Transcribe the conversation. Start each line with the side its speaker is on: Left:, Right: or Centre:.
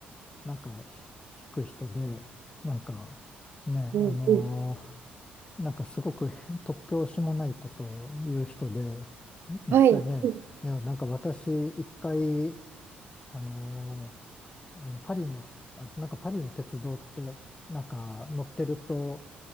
Left: なんか、ひ弾く人で、なんか、ね、あの、
Right: うんうん。
Left: なんか、すごくへ突拍子もないことを言う人で、なんかね、
Right: はい。うん
Left: いや、なんか私、一回、あのあの、パリの、あ、なんかパリの鉄道って、なんか乗ってると、